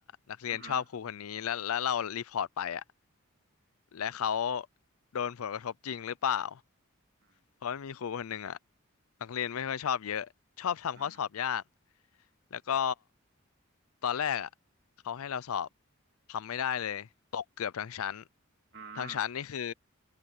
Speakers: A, on the left; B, on the right.
A: นักเรียนชอบครูคนนี้แล้วแล้วเรารีพอร์ตไปอะ
B: อือหือ
A: และเขาโดนผลกระทบจริงหรือเปล่า
B: อืม
A: เพราะมนมีครูคนหนึ่งอ่ะนักเรียนไม่ค่อยชอบเยอะชอบทำข้อสอบยาก
B: อืม
A: แล้วก็ตอนแรกอ่ะเขาให้เราสอบทำไม่ได้เลยตกเกือบทั้งชั้น
B: อืม
A: ทั้งชั้นนี่คือ